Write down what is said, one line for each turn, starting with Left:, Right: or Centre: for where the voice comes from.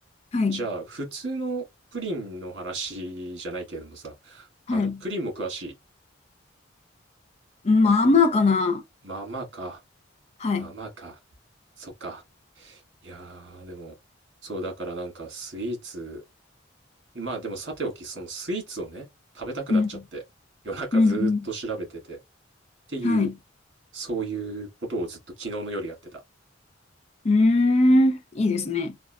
Left: はい。
Right: じゃあ普通のプリンの話じゃないけれどもさ、
Left: はい。
Right: あの、プリンも詳しい。
Left: まあまあかな。
Right: まあまあか。
Left: はい。
Right: まあまあか。そっか。いやー、でも、そう、だからなんかスイーツ、まあでもさておき、そのスイーツをね、食べたくなっちゃって、
Left: うん。
Right: 夜中ずーっと調べてて、
Left: うん。うん
Right: っていう、
Left: はい。う
Right: そういうことをずっと昨日の夜やってた。
Left: ーん。いいですね。